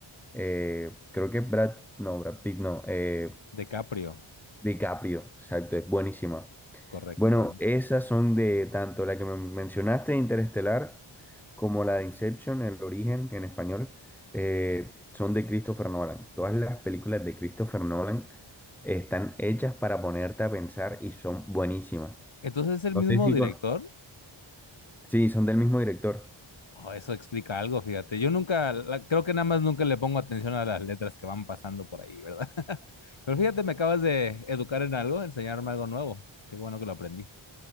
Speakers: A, in the centre; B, on the left (about 65°).
A: eh, creo que Brad, no, Brad Pitt, no, eh,
B: DiCaprio,
A: DiCaprio, exacto, es buenísima.
B: correcto,
A: Bueno,
B: correcto.
A: esas son de tanto la que me mencionaste, Interestelar, como la de Inception, El Origen, que en español, eh, son de Christopher Nolan. Todas las películas de Christopher Nolan están hechas para ponerte a pensar y son buenísimas.
B: Entonces es el
A: No
B: mismo
A: sé si
B: director.
A: con... Sí, son del mismo director.
B: Oh, eso explica algo, fíjate. Yo nunca, la- creo que nada más nunca le pongo atención a las letras que van pasando por ahí, ¿verdad? <laughs> Pero fíjate, me acabas de educar en algo, enseñarme algo nuevo. Qué bueno que lo aprendí.